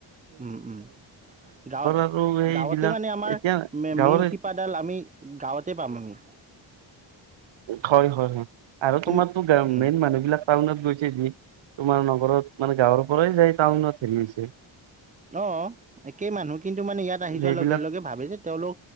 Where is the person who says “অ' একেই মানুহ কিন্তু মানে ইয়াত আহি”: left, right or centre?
Right